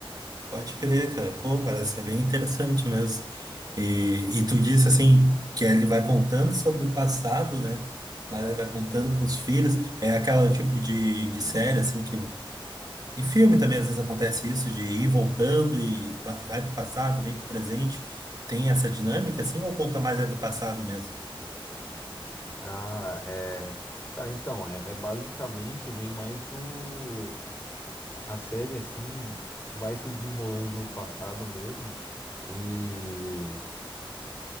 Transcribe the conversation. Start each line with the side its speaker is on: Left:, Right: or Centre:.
Right: Pode crer, cara. Pô, parece ser bem interessante mesmo. E, e tu disse assim que ele vai contando sobre o passado, né? Mas ele vai contando pros filhos. É aquela tipo de, de série, assim, que. De filme também às vezes acontece isso, de ir voltando e va- vai pro passado, vem pro presente. Tem essa dinâmica, assim, ou conta mais é do passado mesmo?
Left: Ah, é. Cara, então, é, é basicamente vem mais do. A série, assim, vai se desenrolando no passado mesmo. e